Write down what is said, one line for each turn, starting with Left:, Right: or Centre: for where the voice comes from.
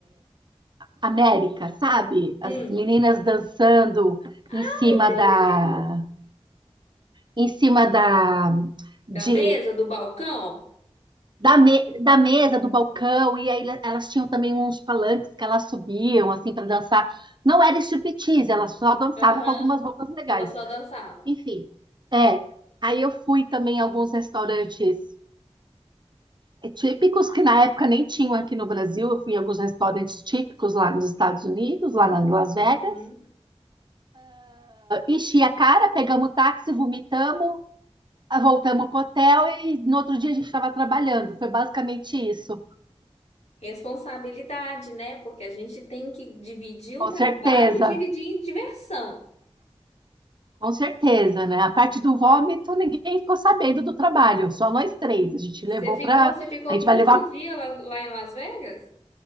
Right: América, sabe? As
Left: hum.
Right: meninas dançando em cima
Left: Ah, que
Right: da,
Left: legal.
Right: em cima da, de,
Left: Da mesa, do balcão?
Right: da, me- da mesa, do balcão, e aí elas tinham também uns palanques que elas subiam, assim, para dançar. Não era striptease, elas só dançavam
Left: Aham.
Right: com algumas roupas legais.
Left: Ela só dançava.
Right: Enfim, é. Aí eu fui também a alguns restaurantes é, típicos que na época nem tinham aqui no Brasil. Eu fui em alguns restaurantes típicos lá nos Estados Unidos, lá na Las Vegas.
Left: Uhum.
Right: Enchi a cara, pegamos táxi, vomitamos, voltamos pro hotel e no outro dia a gente estava trabalhando. Foi basicamente isso.
Left: Responsabilidade, né? Porque a gente tem que dividir o
Right: Com
Left: trabalho
Right: certeza,
Left: e dividir em diversão.
Right: com certeza, né? A parte do vômito, ninguém ficou sabendo do trabalho, só nós três. A gente
Left: Você
Right: levou
Left: ficou,
Right: para.
Left: você ficou
Right: A gente
Left: 15
Right: vai levar
Left: dias lá, lá em Las Vegas?